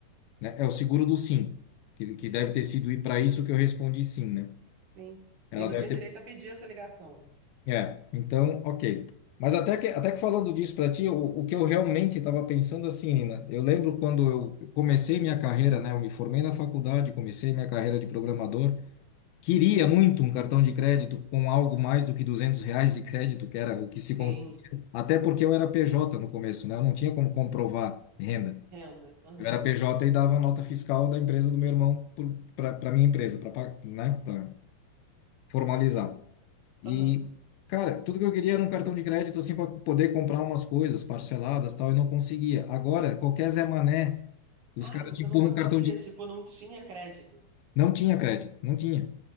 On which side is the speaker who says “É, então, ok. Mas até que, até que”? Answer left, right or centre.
Left